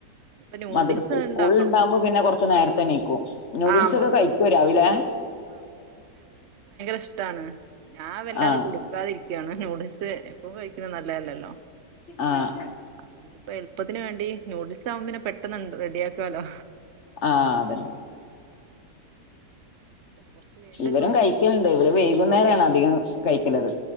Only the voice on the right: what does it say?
ഇന്നിപ്പോ നൂഡിൽസ്
ഇണ്ടാക്കണം
ആഹ്
ഇഷ്ട്ടാണ്. ഞാൻ വല്ലാതെ
കുടുക്കാതിരി ന്യൂഡിൽസ് എപ്പോഴും കഴിക്കുന്നത് നല്ലതല്ലല്ലോ.
ആ ഇന്നിപ്പം എളുപ്പത്തിനു വേണ്ടി ന്യൂഡിൽസ് ആകുമ്പം പെട്ടെന്ന് ഉണ്ട് റെഡിയാക്കാല്ലോ
കൊറച്ച് കഴിഞ്ഞിട്ട്